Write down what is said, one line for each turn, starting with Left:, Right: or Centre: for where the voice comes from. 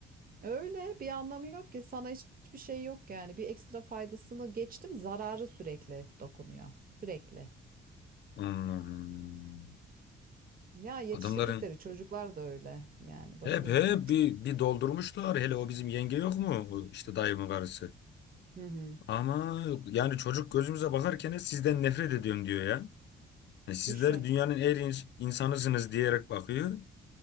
Right: Öyle bir anlamı yok ki sana hiç- hiçbir şey yok yani. Bir ekstra faydasını geçtim zararı sürekli dokunuyor. Sürekli.
Left: Hmm.
Right: Ya yetiştirdikleri
Left: Adamların
Right: çocuklar da öyle. Yani bakıyorsun.
Left: hep hep bir, bir doldurmuşlar. Hele o bizim yenge yok mu? O İşte dayımın karısı.
Right: Hı hı.
Left: Ama yani çocuk gözümüze bakarken sizden nefret ediyorum diyor ya. Yani sizler
Right: Düşün.
Left: dünyanın en iyi insanısınız diyerek bakıyor.